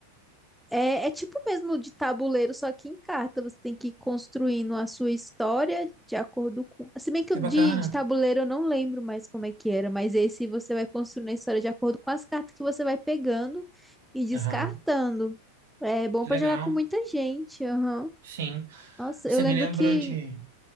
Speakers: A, in the centre; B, on the right.
A: É, é tipo mesmo de tabuleiro, só que em carta. Você tem que ir construindo a sua história de acordo com. Se bem que
B: Que
A: o
B: bacana.
A: de, de tabuleiro eu não lembro mais como é que era, mas esse você vai construindo a história de acordo com as cartas que você vai pegando e descartando.
B: Aham.
A: É bom
B: Que
A: pra
B: legal.
A: jogar com muita gente. Aham.
B: Sim.
A: Nossa,
B: Você
A: eu lembro
B: me lembrou
A: que
B: de.